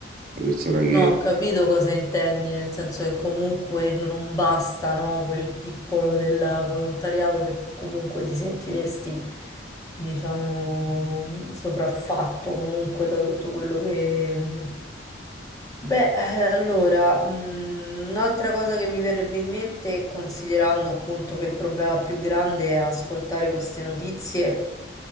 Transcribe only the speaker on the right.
una persona che,